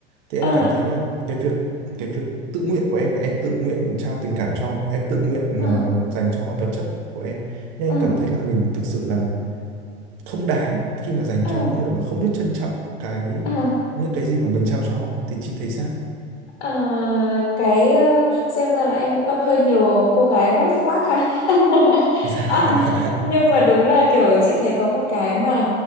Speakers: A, on the right; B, on the left.
A: thì em
B: à,
A: cảm thấy là cái việc cái việc tự nguyện của em là em tự nguyện trao tình cảm cho họ em tự nguyện
B: à,
A: ờ, dành cho họ vật chất của em nên
B: à,
A: em cảm thấy là mình thực sự là không đáng khi mà dành
B: à,
A: cho những người mà không biết trân trọng cái
B: à.
A: những cái gì mà mình trao cho họ thì chị thấy sao
B: Ờ, cái ờ, xem ra là em cũng gặp hơi nhiều cô gái red flag ha <laughs>
A: <laughs>
B: À, nhưng
A: dạ
B: mà đúng là kiểu chị thấy có một cái mà